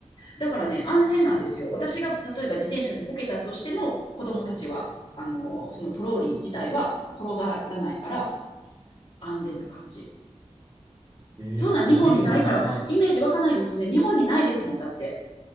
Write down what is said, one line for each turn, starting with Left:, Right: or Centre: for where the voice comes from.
Left: だからね、安全なんですよ。私が例えば自転車でこけたとしても、子供たちは、あの、そのトローリー自体は転がらないから安全な感じ。
Right: えーイメージあんま、
Left: そんなん日本にないから、イメージ湧かないですよね。日本にないですもん、だって。